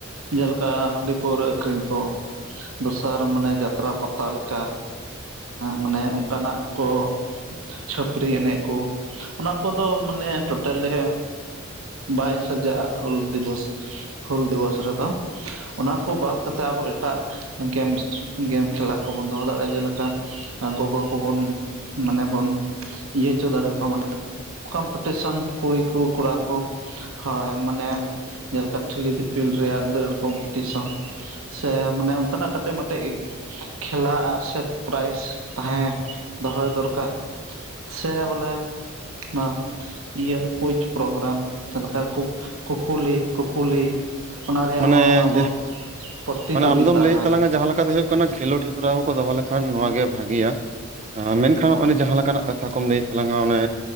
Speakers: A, on the right; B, on the right.
A: ᱡᱮᱞᱮᱠᱟ ᱦᱟᱺᱰᱤ ᱯᱟᱹᱣᱨᱟᱹ ᱟᱹᱠᱷᱨᱤᱧ ᱠᱚ, ᱫᱚᱥᱟᱨ ᱢᱟᱱᱮ ᱡᱟᱛᱨᱟ ᱯᱟᱛᱟ ᱞᱮᱠᱟ᱾ ᱢᱟᱱᱮ ᱚᱱᱠᱟᱱᱟᱜ ᱠᱚ, ᱪᱷᱟᱹᱯᱨᱤ ᱮᱱᱮᱡ ᱠᱚ, ᱚᱱᱟ ᱠᱚᱫᱚ ᱢᱟᱱᱮ ᱴᱳᱴᱟᱞᱮ, ᱵᱟᱭ ᱥᱟᱡᱟᱜᱼᱟ, ᱦᱩᱞ ᱫᱤᱵᱚᱥ ᱦᱩᱞ ᱫᱤᱵᱚᱥ ᱨᱮᱫᱚ᱾ ᱚᱱᱟᱠᱚ ᱵᱟᱫ ᱠᱟᱛᱮᱫ ᱟᱵᱚ, ᱮᱴᱟᱜ ᱜᱮᱢ, ᱜᱮᱢ ᱠᱷᱮᱞᱟ ᱠᱚᱵᱚᱱ ᱫᱚᱦᱚ ᱫᱟᱲᱮᱭᱟᱜᱼᱟ, ᱡᱮᱞᱮᱠᱟ ᱜᱚᱜᱚ ᱠᱚᱵᱚᱱ ᱢᱟᱱᱮ, ᱵᱚᱱ ᱤᱭᱟᱹ ᱦᱚᱪᱚ ᱫᱟᱲᱮ ᱟᱠᱚᱣᱟ ᱢᱟᱱᱮ ᱠᱚᱢᱯᱤᱴᱤᱥᱚᱱ ᱠᱩᱲᱤ ᱠᱚ, ᱠᱚᱲᱟ ᱠᱚ᱾ ᱦᱳᱭ ᱢᱟᱱᱮ ᱡᱮᱞᱮᱠᱟ, ᱴᱷᱤᱞᱤ ᱫᱤᱯᱤᱞ ᱨᱮᱭᱟᱜ ᱫᱟᱹᱲ, ᱠᱚᱢᱯᱤᱴᱤᱥᱚᱱ᱾ ᱥᱮ ᱢᱟᱱᱮ ᱚᱱᱠᱟᱱᱟᱜ, ᱠᱟᱹᱴᱤᱡ ᱢᱤᱫᱴᱮᱡ, ᱠᱷᱮᱞᱟ ᱟᱨ ᱥᱮ, ᱯᱨᱟᱭᱤᱡ ᱛᱟᱦᱮᱸ ᱫᱚᱦᱚᱭ ᱫᱚᱨᱠᱟᱨ᱾ ᱥᱮ ᱵᱚᱞᱮ ᱱᱚᱣᱟ ᱤᱭᱟᱹ ᱠᱳᱭᱤᱡ ᱯᱨᱳᱜᱨᱟᱢ, ᱪᱮᱞᱮᱠᱟ ᱠᱩ, ᱠᱩᱠᱞᱤ, ᱠᱩᱯᱩᱞᱤ, ᱚᱱᱟ ᱨᱮᱭᱟᱜ
B: ᱢᱟᱱᱮ
A: ᱦᱚᱸ ᱟᱵᱚ,
B: ᱡᱟ-
A: ᱯᱨᱚᱛᱤᱡᱳᱜᱤᱛᱟᱭ᱾
B: ᱢᱟᱱᱮ ᱟᱢᱫᱚᱢ ᱞᱟᱹᱭᱮᱫ ᱛᱟᱞᱟᱝᱟ ᱡᱟᱦᱟᱸ ᱞᱮᱠᱟ ᱫᱚ ᱦᱩᱭᱩᱜ, ᱠᱚᱱᱚ, ᱠᱷᱮᱞᱳᱰ ᱦᱮᱯᱨᱟᱣ ᱠᱚ ᱫᱚᱦᱚ ᱞᱮᱠᱷᱟᱱ, ᱱᱚᱣᱟ ᱜᱮ ᱵᱷᱟᱜᱤᱭᱟ ᱾ ᱢᱮᱱᱠᱷᱟᱱ, ᱚᱱᱮ ᱡᱟᱦᱟᱸ ᱞᱮᱠᱟᱱᱟᱜ ᱠᱟᱛᱷᱟ ᱠᱚᱢ, ᱞᱟᱹᱭᱮᱫ ᱛᱟᱞᱟᱝᱟ ᱾ ᱚᱱᱮ,